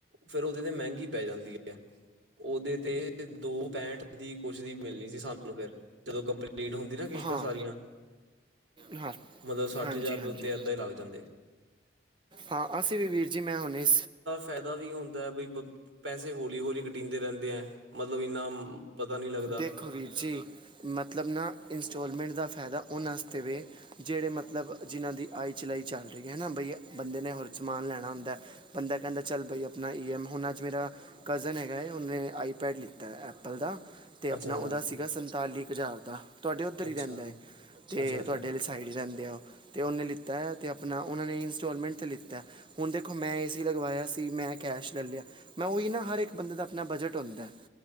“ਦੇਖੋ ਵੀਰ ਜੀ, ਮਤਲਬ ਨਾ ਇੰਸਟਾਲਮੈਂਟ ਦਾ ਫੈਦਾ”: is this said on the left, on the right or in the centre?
Right